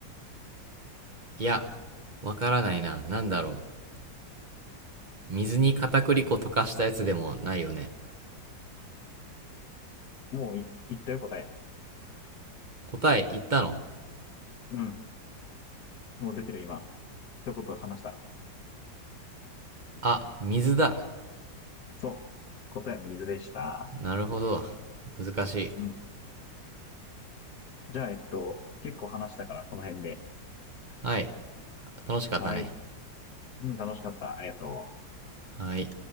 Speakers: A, on the right; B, on the left.
A: いや、わからないな。なんだろう。水に片栗粉溶かしたやつでもないよね。
B: もうい言ったよ答え。
A: 答え言ったの。
B: うん、もう出てる今。一言話した。
A: あ、水だ。
B: そう。答えは水でした。
A: なるほど。難しい。
B: うん。じゃあ、えっと、結構話したからこの辺で。
A: はい。楽しかったね。
B: はい。うん、楽しかった。ありがとう。
A: はい。